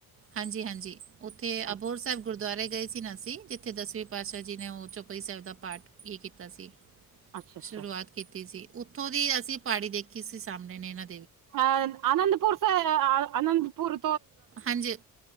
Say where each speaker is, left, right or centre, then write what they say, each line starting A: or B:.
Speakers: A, on the right; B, on the right.
A: ਹਾਂਜੀ ਹਾਂਜੀ ਉੱਥੇ
B: ਅੱਛਾ
A: ਅਭੋਰ ਸਾਹਿਬ ਗੁਰਦੁਆਰੇ ਗਏ ਸੀ ਨਾ ਅਸੀਂ ਜਿੱਥੇ ਦਸਵੇਂ ਪਾਤਸ਼ਾਹ ਜੀ ਨੇ ਉਹ ਚੌਪੜੀ ਸਾਹਿਬ ਦਾ ਪਾਠ ਹੀ ਕੀਤਾ ਸੀ
B: ਅੱਛਾ ਅੱਛਾ
A: ਸ਼ੁਰੂਆਤ ਕੀਤੀ ਸੀ ਉ ਉੱਥੋਂ ਦੀ ਅਸੀਂ ਪਹਾੜੀ ਦੇਖੀ ਸੀ ਸਾਹਮਣੇ ਨੇਨਾ
B: ਅਹ ਅਨੰਦਪੁਰ ਸਾਹਿਬ ਅਨੰਦਪੁਰ ਪੁਰ
A: ਹਾਂਜੀ